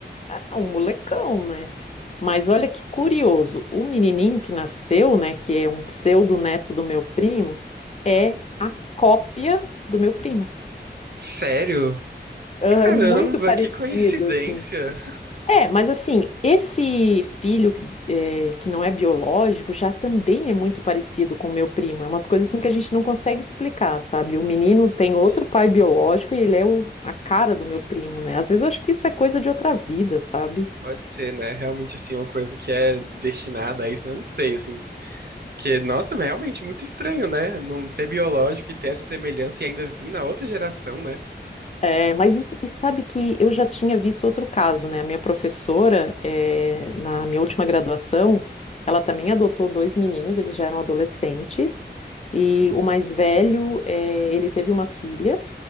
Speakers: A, on the left (about 40°); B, on the right (about 60°).
A: ah, um molecão, né? Mas olha que curioso, o menininho que nasceu, né, que é um pseudo-neto do meu primo, é a cópia do meu primo.
B: Sério?
A: Ah,
B: Caramba,
A: É muito parecido,
B: que coincidência.
A: assim. É, mas assim, esse filho eh, que não é biológico já também é muito parecido com o meu primo. É umas coisas assim que a gente não consegue explicar, sabe? O menino
B: Gente,
A: tem outro pai biológico e ele é o- a cara do meu primo, né? Às vezes eu acho que isso é coisa de outra vida, sabe?
B: pode ser, né? Realmente, assim, uma coisa que é destinada a isso, né? Não sei, assim. Porque, nossa, é realmente muito estranho, né? Não ser biológico e ter essa semelhança e ainda vir na outra geração, né?
A: É, mas isso, e sabe que eu já tinha visto outro caso, né? A minha professora, é, na minha última graduação, ela também adotou dois meninos, eles já eram adolescentes, e o mais velho, é, ele teve uma filha.